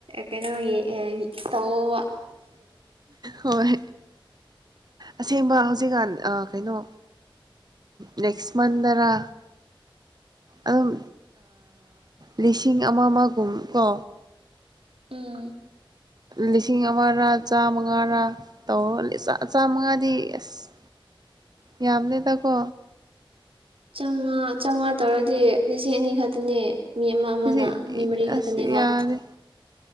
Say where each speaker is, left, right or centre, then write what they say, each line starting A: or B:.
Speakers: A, on the right; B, on the right.
A: ꯀꯩꯅꯣꯒꯤ ꯇꯧ
B: ꯍꯣꯏ ꯑꯁꯦꯡꯕ ꯍꯧꯖꯤꯛꯀꯥꯟ ꯀꯩꯅꯣ ꯅꯦꯛꯦꯛꯁ ꯃꯟꯔ ꯑꯗꯨꯝ ꯂꯤꯁꯤꯡ ꯑꯃ ꯑꯃꯒꯨꯝ ꯀꯣ
A: ꯎꯝ
B: ꯂꯤꯁꯤꯡ ꯑꯃꯔꯥ ꯆꯥꯃꯉꯥꯔꯥ ꯇꯧꯔꯒ ꯆꯥꯝꯃꯉꯥꯗꯤ ꯑꯁ ꯌꯥꯝꯅꯦꯗꯀꯣ
A: ꯆꯥꯝꯃꯉꯥ ꯆꯥꯝꯃꯉꯥ ꯇꯧꯔꯗꯤ ꯂꯤꯁꯤꯡ ꯑꯅꯤ ꯈꯛꯇꯅꯦ ꯃꯤ ꯑꯃ ꯑꯃꯅ
B: ꯏꯁꯦ
A: ꯃꯤ ꯃꯔꯤ ꯈꯛꯇꯅꯦꯕ
B: ꯑꯁ ꯌꯥꯔꯦ